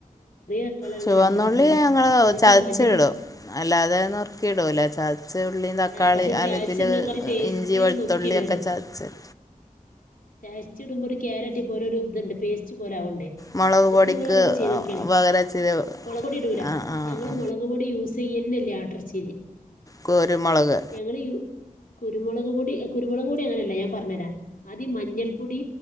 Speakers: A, on the left; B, on the left.
A: തക്കാളി അല്ലെങ്കിൽ
B: ചുവന്നുള്ളി
A: രണ്ട് തക്കാളിയാ
B: ഞങ്ങള്
A: എന്നിട്ട്
B: ചതച്ചിടും
A: മഞ്ഞൾ
B: അല്ലാതെ ന്നുർക്കിയിടൂലെ ചാർ ചെറി ഉള്ളിയും തക്കാളി
A: ആഹ് പക്ഷെ
B: അല്ല
A: ചായച്ചിട്ണേക്കാട്ടിം
B: ഇതില്
A: ടേസ്റ്റ്
B: ഇഞ്ചി വെളുത്തുള്ളിയൊ
A: നുറുക്കിടാണ്
B: ക്കെ ചതച്ച
A: ചതച്ചിടുമ്പോ ഒരു കാരറ്റ് പോലൊ ഒരു തുണ്ട് പേസ്റ്റ് പോലെ ആവ്ണ്ട്
B: മുളക് പൊടിക്ക്
A: ഇത്ങ്ങളങ്ങനൊന്നു ചെയ്തോക്കാണി
B: പകരം ഇച്ചിരി
A: മുളകോടി ഇടൂല
B: ആ ആ
A: ഞങ്ങള്
B: ആ
A: മൊള മുളക് പൊടിയൂസ് ചെയ്യന്നെല്ല അട്ടർച്ചില്
B: കുരുമുളക്
A: ഞങ്ങള് യൂ കുരുമുളക് പൊടി കുരുമുളക് പൊടി അങ്ങനെയല്ല ഞാൻ പറഞ്ഞരാആദ്യം മഞ്ഞൾപ്പൊടി